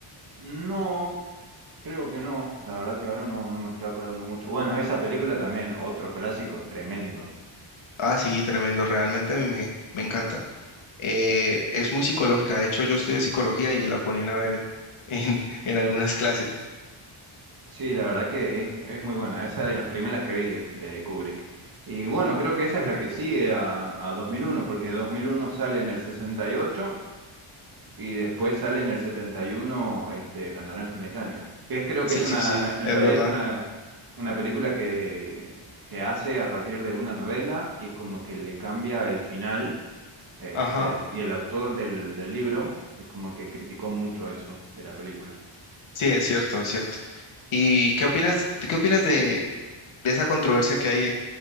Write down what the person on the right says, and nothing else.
No. Creo que no, la verdad que ahora no, no me estoy acordando mucho. Bueno, esa película también, otro clásico tremendo.
Sí, la verdad que es, es muy buena, esa de las primeras que vi de, de Kubrick. Y bueno, creo que esa es la que sigue a, a 2001, porque 2001 sale en el sesenta y ocho y después sale en el 71 este, La Naranja Mecánica. Que es, creo
que es una,
en
realidad
es una, una película que, que hace a partir de una novela y como que le cambia el final Este,
y el autor del, del libro es como que criticó mucho eso de la película.